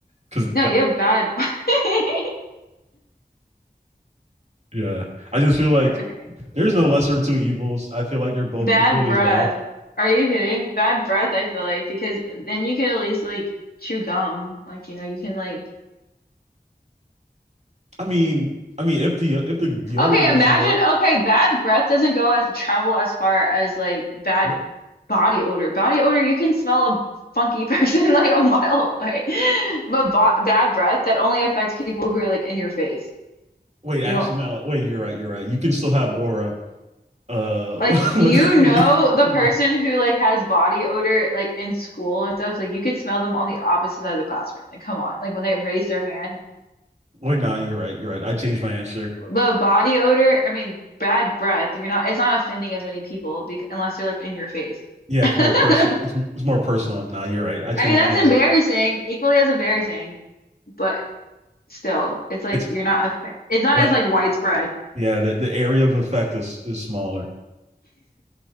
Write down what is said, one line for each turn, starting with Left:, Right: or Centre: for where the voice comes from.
Right: because
Left: No, you have bad. <laughs>
Right: yeah i just feel like
Left: Okay.
Right: there's no lesser of two evils i feel like they're both
Left: Bad
Right: equally
Left: breath.
Right: as bad
Left: Are you kidding? Bad breath, I feel like, because then you could at least like chew gum. Like, you know, you can like
Right: i mean i mean if the if the deodorant
Left: Okay,
Right: doesn't
Left: imagine
Right: work
Left: okay, bad breath doesn't go as travel as far as like bad
Right: w-
Left: body odor. Body odor, you can smell a funky <laughs> person like a mile away. But bo bad breath, that only affects people who are like in your face.
Right: wait
Left: You
Right: actually
Left: don't.
Right: no wait you're right you're right you can still have aura uh
Left: Like you
Right: <laughs>
Left: know
Right: yeah,
Left: the
Right: yeah
Left: person who like has body odor like in school and stuff, like you could smell them on the opposite side of the classroom. Like come on. Like when they raise their hand,
Right: wait no nah, you're right you're right i changed my answer
Left: the body odor, I mean bad breath, you're not it's not offending as many people because, unless they're like in your face. <laughs>
Right: Yeah,
Left: I
Right: it's more personal. It's it's more personal. Nah, you're right. I changed
Left: mean that's
Right: my answer.
Left: embarrassing, equally as embarrassing, but still, it's like
Right: It's
Left: you're not offen it's not
Right: like
Left: as like widespread. <laughs>
Right: yeah, the, the area of effect is is smaller.